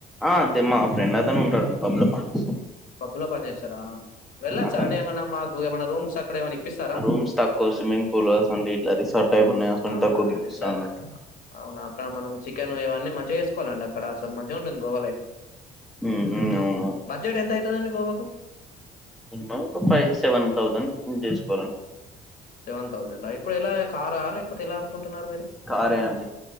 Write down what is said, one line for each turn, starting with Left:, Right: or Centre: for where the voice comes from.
Centre: ఆ అతి మా ఫ్రెండ్ అతనే ఉంటాడు పబ్బలొ పనిచేస్
Left: పబ్బులో పని చేస్తారా వెళ్ళొచ్చా
Centre: అతను
Left: అండి ఏమైనా మాకు ఏమైనా రూమ్స్ అక్కడ ఏమైనా ఇప్పిస్తారా
Centre: రూమ్స్ తక్కువ స్విమ్మింగ్ పూల్ అండి ఇట్లా రిసార్ట్ టైప్ ఉన్నాయ
Left: అవునా
Centre: తక్కువ <unintelligible>
Left: రిసార్ట్
Centre: అన్నాడు
Left: అవునా అక్కడ మనం చికెన్ ఇవన్నీ మంచిగా చేసుకోవాలండి అక్కడ అసలు మంచిగుంటుంది గోవా లైఫ్
Centre: ఉ ఉ అవును
Left: బడ్జెట్ ఎంత అవుతుందండి గోవాకు
Centre: మినిమం ఒక ఫైవ్ సెవెన్ థౌసండ్ తీసుకోవాలం
Left: సెవెన్ థౌజండ్ అయ్ ఇప్పుడు ఎలా కారా లేకపోతే ఎలా అనుకో <unintelligible> మీరు
Centre: కారే అండి